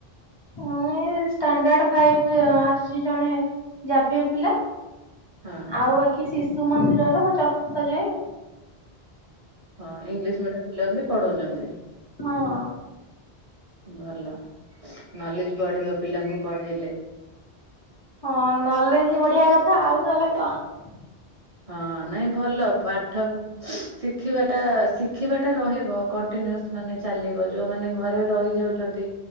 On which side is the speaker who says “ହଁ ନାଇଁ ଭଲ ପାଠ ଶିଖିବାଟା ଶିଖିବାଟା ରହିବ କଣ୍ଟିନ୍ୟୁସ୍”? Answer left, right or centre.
Right